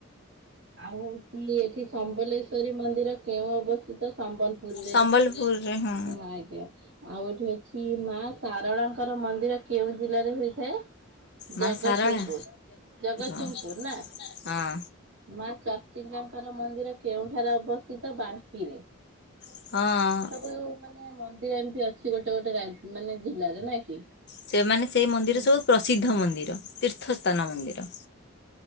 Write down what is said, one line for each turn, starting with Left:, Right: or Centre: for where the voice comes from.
Right: ଆଉ ହଉଛି ଏଠି ସମ୍ବଲେଶ୍ଵରୀ ମନ୍ଦିର କେଉଁ ଅବସ୍ଥିତ ସମ୍ବଲ? ପୂର୍
Left: ସମ୍ବଲପୁରରେ ହଁ
Right: ଆଜ୍ଞା ଆଉ ଏଇଠି ଅଛି ମା ସାରଳାଙ୍କର ମନ୍ଦିର କେଉଁ ଜିଲ୍ଲାରେ ହୋଇଥାଏ? ଜଗତସିଂହପୁର
Left: ମା ଶାରଳା
Right: ଜଗତସିଂହପୁର
Left: ହଁ
Right: ନା।
Left: ହଁ।
Right: ମା ଚର୍ଚ୍ଚିକାଙ୍କର ମନ୍ଦିର କେଉଁଠାରେ ଅବସ୍ଥିତ ବାଙ୍କିରେ।
Left: ହଁ।
Right: ସବୁ ମାନେ ମନ୍ଦିର ଏମିତି ଅଛି ଗୋଟେ ଗୋଟେ ମାନେ ଜିଲ୍ଲାରେ ନାଇଁ କି।
Left: ସେମାନେ ସେଇ ମନ୍ଦିର
Right: ହଁ।
Left: ସବୁ ପ୍ରସିଦ୍ଧ ମନ୍ଦିର ତୀର୍ଥସ୍ଥାନ ମନ୍ଦିର।